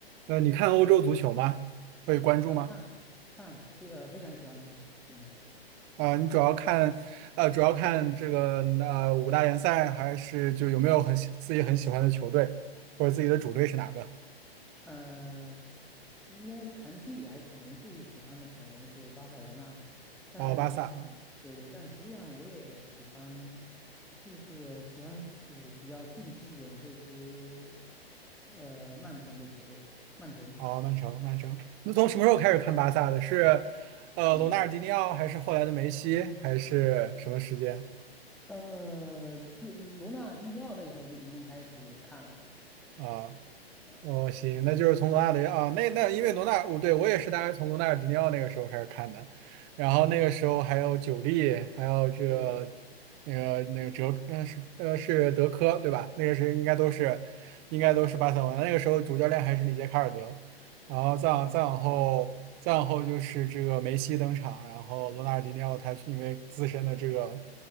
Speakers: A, on the right (about 30°); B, in the centre.
A: 呃，你看欧洲足球吗？会关注吗？
B: 呃，看看非呃非常喜欢看，嗯
A: 啊、你主要看，呃，主要看这个呃五大联赛，还是就有没有很喜自己很喜欢的球队，或者自己的主队是哪个？
B: 呃，应该说长期以来可能最喜欢的可能是巴塞罗那，但
A: 哦，巴萨啊，
B: 对对，但实际上我也喜欢，就是喜欢就是比较近期一点这支呃曼城的球队，曼城，
A: 哦，曼城，曼城。那从什么时候开始看巴萨的？是，呃，
B: 嗯
A: 罗纳尔迪尼奥，还是后来的梅西，还是什么时间？
B: 呃，就罗纳尔迪尼奥那个时候就已经开始看了，
A: 啊、
B: 呃，
A: 哦，行，那就是从罗纳德啊，那那因为罗纳，我对我也是大概从罗纳尔迪尼奥那个时候开始看的，然后那个时候还有久利，
B: 对，
A: 还有这个
B: 对，
A: 那个那个哲，嗯、是呃是德科对吧？那个是应该都是应该都是巴塞罗那那个时候主教练还是里杰卡尔德，
B: 对，
A: 然后再往再往后再往后就是这个梅西登场，然后罗纳尔迪尼奥他因为自身的这个